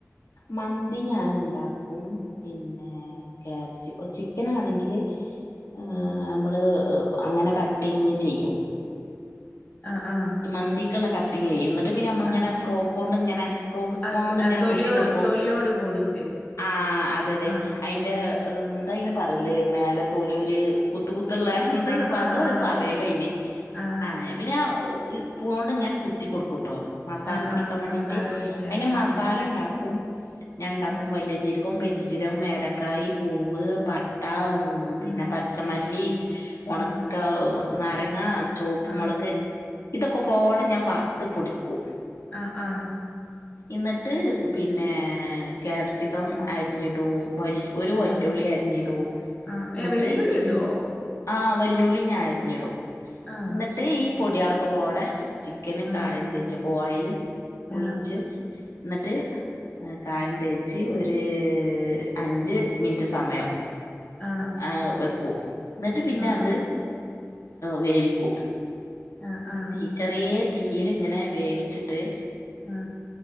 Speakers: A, on the left (about 85°); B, on the left (about 30°).
A: മന്തി ഞാൻ ഇണ്ടാക്കും പിന്നെ കാപ്സികം ചിക്കനാണെങ്കില് ഏ അമ്മള് അങ്ങനെ കട്ടിങ്ങ് ചെയ്യും
B: ആഹ് ആഹ്
A: ഈ മന്തിക്ക്ള്ള കട്ടിങ് ചെയ്യും ന്നട്ട് പിന്നെ അമ്മള് ങ്ങനെ
B: ആഹ്
A: ഫ്രോക്കോണ്ട് ഇങ്ങനെ ഫ്റോക്ക് സ്പൂണോണ്ട്
B: അസ്കി
A: ഇങ്ങനെ
B: തൊലിയോട്
A: കുത്തി കൊടുക്കും
B: തൊലിയോട് കൂടിട്ട്
A: ആ അതെ അതെ
B: ആഹ്
A: അയിന്റെ എന്താ അയ്ന് പറല് മേലെ തോലി ഒര് കുത്ത് കുത് ത്ത്ള്ളെ എന്താ അയിന്
B: ആഹ്
A: പ്പ
B: ആഹ്
A: എന്തോ
B: ആഹ്
A: പറിയല്ലോ അയന്
B: ആഹ്
A: ആ പിന്നെ ഈ സ്പൂണോ ഇങ്ങനെ കുത്തി കൊടുക്കൂട്ടോ മസാല
B: ആഹ്
A: പിടിക്കാൻ
B: ആഹ്
A: വേണ്ടി
B: മസാല
A: അതിൻറെ
B: പിടിക്കാന്
A: മസാല
B: ആഹ്
A: ഉണ്ടാക്കും ഞാൻ ഉണ്ടാക്കും
B: ഉം
A: വലിയജീരകവും പെരിഞ്ചീരകവും വേലക്കായും പൂവ് പട്ട പിന്നെ
B: ഉം
A: പച്ചമല്ലി ഉണക്ക
B: ഉം
A: നാരങ്ങ ചുവപ്പ്
B: ആഹ്
A: മുുളക് ഇതൊക്കെ പോടെ ഞാൻ വറുത്ത് പൊടിക്കും
B: ആ ആ
A: എന്നിട്ട് പിന്നെ ക്യാപ്സിക്കം അരിഞ്ഞിടും വ ഒരു വെല്ലുവിളി
B: ആഹ്
A: അരിഞ്ഞിടുവും
B: ആഹ്
A: എന്നിട്ട്
B: ഏഹ് വെല്ലുള്ളി
A: ഈ
B: ഇടുവോ
A: ആ വെല്ലുളി ഞാൻ അരിഞ്ഞിടും
B: ആഹ്
A: എന്നിട്ട് ഈ പൊടികളൊക്ക പോടെ ചിക്കനക്ക
B: ആഹ്
A: കായം വച്ച കോവല് ഒഴിച്ചു
B: ആഹ്
A: എന്നിട്ട് കായം തേച്ച് ഒരു അഞ്ച് മിനിറ്റ് സമയം
B: ആഹ്
A: ആ വെക്കൂ എന്നിട്ട് പിന്നെ
B: ആഹ്
A: അത്
B: ആഹ്
A: വേവിക്കും
B: ആഹ് ആഹ്
A: തീ ചെറിയ തീയിലിങ്ങനെ വേവിച്ചിട്ട്
B: ആ